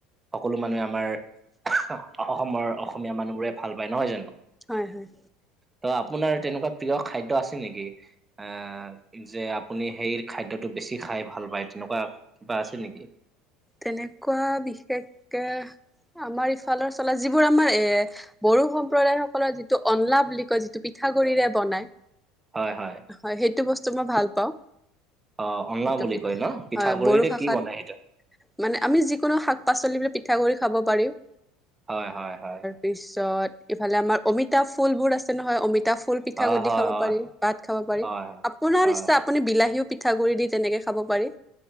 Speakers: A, on the right; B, in the centre.
A: সকলো মানুহে আমাৰ অসমৰ অসমীয়া মানুহবোৰে ভাল পায় নহয় জানো
B: হয় হয়
A: ত' আপোনাৰ তেনেকুৱা প্ৰিয় খাদ্য আছে নেকি আহ যে আপুনি সেইৰ খাদ্যটো বেছি খাই ভাল পায় তেনেকুৱা কিবা আছে নেকি?
B: তেনেকুৱা বিশেষকে আমাৰ ইফালৰ চলা যিবোৰ আমাৰ এ বড়ো সম্প্ৰদায় সকলৰ যিটো অনলা বুলি কয় যিটো পিঠাগুৰিৰে বনায়
A: হয় হয়
B: হয় সেইটো বস্তু মই ভাল পাওঁ।
A: অ অনলা
B: সেইটো
A: বুলি
B: পিঠা
A: কয় ন, পিঠাগুড়িটো
B: হয় বড়ো ভাষাত
A: কি বনাই সেইটো
B: মানে আমি যিকোনো শাক-পাচলিবিৰ পিঠাগুৰি খাব পাৰিও
A: হয় হয় হয়
B: পিছত ইফালে আমাৰ অমিতা ফুল বোৰ আছে নহয় অমিতাভ পিঠাগুটি
A: হয় হয়
B: খাব
A: হয়
B: পাৰি, ভাত খাব পাৰি।
A: হয়
B: আপোনাৰ
A: হয়
B: ইচ্ছা আপুনি বিলাহীও পিঠাগুড়ি দি তেনেকে খাব পাৰি।